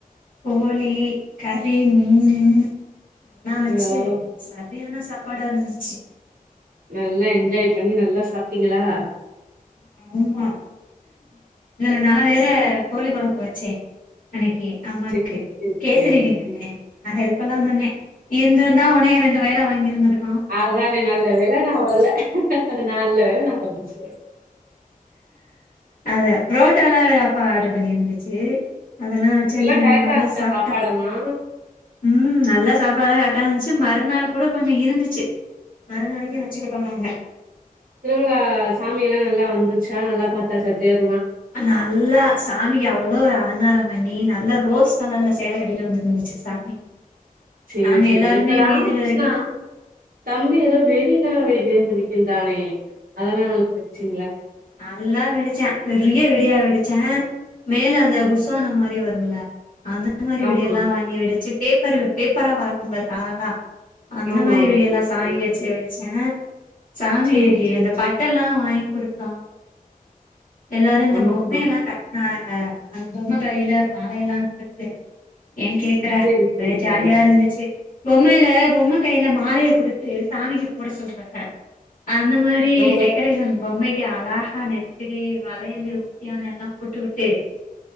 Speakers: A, on the left (about 65°); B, on the right (about 75°).
A: கோழி கறி மீனு எல்லா வச்சு
B: ஆ
A: சரியான சாப்பாடா இருந்துச்சு
B: நல்லா என்ஜாய் பண்ணி நல்லா சாப்ட்டீங்களா
A: ஆமா இதுல நா வேற கோழி கொழம்பு வச்சே அன்னைக்கி அம்மாக்கு
B: சேரி சேரி
A: கேசரி
B: சேரி
A: கிண்டுனே
B: ம்
A: நா ஹெல்ப் பெல்லா பண்ணே இருந்துருந்தா ஒன்னையு ரெண்டு வேல வாங்கிருந்திருப்
B: அதானே நல்ல வேல நா வர்ல நல்ல வேல நா தப்புச்ச
A: அதா ப்ரோட்டாலா வேற அப்பா ஆர்டர் பண்ணிர்ந்துச்சு அதல்லா வச்சு அன்னைக்கு
B: எல்லா
A: நாங்க
B: கரெக்டா
A: நல்லா
B: இருந்துச்சா
A: சாப்ட்டோ
B: சாப்பாடெல்லா?
A: ம் நல்லா சாப்பாடா கரெட்டா இருன்ச்சு மறுநாள் கூட கொஞ்சொ இருந்துச்சு மறுநாளைக்கு வச்சுக்கிட்டோ நாங்க
B: திருவிழா சாமிலா நல்லா வந்துச்சா நல்லா பாத்தாச்சா தேர்
A: நல்லா சாமிக்கு அவ்ளோ அலங்காரம் பண்ணி நல்ல ரோஸ் கலர்ல சேல கட்டிட்டு வந்திருந்துச்சு சாமி
B: சேரி
A: நாங்க
B: சேரி
A: எல்லாருமே
B: இந்த ராமகிருஷ்ணா
A: வீதியில இருக்கமா
B: தம்பி எதோ வெடி லா வெடிக்றேன் சொல்லிக்கின்ந்தானே அதலா நல்லா வெடிச்சீ
A: அதுலா வெடிச் ச்ச பெரிய வெடியா வெடிச்சன் மேல அந்த புஸ்வானம் மாரி வரும்ல அந்த ந்த மாரி
B: ஆமா
A: வெடி எல்லா வாங்கி வெடுச்சு பேப்பரு பேப்பரா பறக்கும் பாரு அலஹா அந்த
B: ஆமா
A: மாரி
B: ஆமா ஆமா
A: வெடிய எல்லா சாமிக்கு
B: ஆமா
A: வெச்சு வெடிச்ச சாமிக்கு
B: சேரி சேரி
A: அந்த
B: சேரி
A: பட்டல்லா வாங்கி குடுத்தோ எல்லாரு இந்த
B: ஆமா
A: பொம்மைையல்லா
B: ஆமா
A: கட்னாஹ அந்த பொம்ம கைல மாலயெல்லா குடுத்து ஏன் கேக்குற
B: சேரி
A: ஒரே
B: சேரி
A: ஜாலியா
B: சேரி
A: இருந்துச்சு பொம்மைல பொம்ம கைல மாலய குடுத்து சாமிக்கு போட சொல்றாஹ அந்த மாரி
B: ஆ
A: டெக்கரேஷன் பொம்மைக்கு அழாஹா நெத் சரி வளையலு ஒட்டியானோ எல்லா போட்டு விட்டு